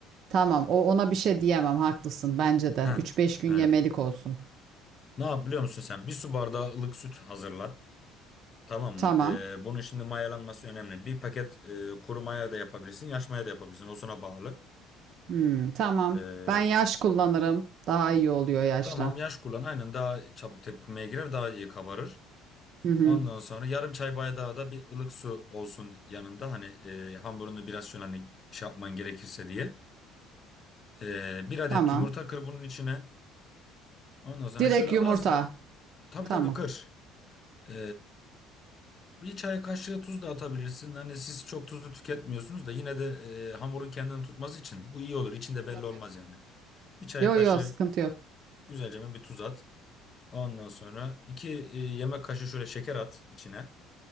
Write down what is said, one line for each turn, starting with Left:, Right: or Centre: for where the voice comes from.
Right: Tamam. O ona bir şey diyemem. Haklısın. Bence de.
Left: Ha,
Right: 3-5 gün
Left: aynen.
Right: yemelik olsun.
Left: Ne yap biliyor musun sen? Bir su bardağı ılık süt hazırla. Tamam
Right: Tamam.
Left: mı? Ee, bunun şimdi mayalanması önemli. Bir paket e, kuru maya da yapabilirsin, yaş maya da yapabilirsin. O sana bağlı.
Right: Hmm, tamam.
Left: Ee,
Right: Ben yaş kullanırım. Daha iyi oluyor yaşla.
Left: Tamam yaş kullan. Aynen daha çabuk tepkimeye girer, daha iyi kabarır.
Right: Hı hı.
Left: Ondan sonra yarım çay bardağı da bir ılık su olsun yanında. Hani e, hamurunu biraz şöyle hani şey yapman gerekirse diye. E, bir adet
Right: Tamam.
Left: yumurta kır bunun içine. Ondan sonra
Right: Direkt
Left: şöyle
Right: yumurta.
Left: az tabii
Right: Tamam.
Left: tabii kır. E, bir çay kaşığı tuz da atabilirsin. Hani siz çok tuzlu tüketmiyorsunuz da yine de e, hamurun kendini tutması için bu iyi olur. İçinde belli
Right: Tabii.
Left: olmaz yani. Bir çay
Right: Yo
Left: kaşığı
Right: yo sıkıntı yok.
Left: güzelce bir tuz at. Ondan sonra iki e, yemek kaşığı şöyle şeker at içine.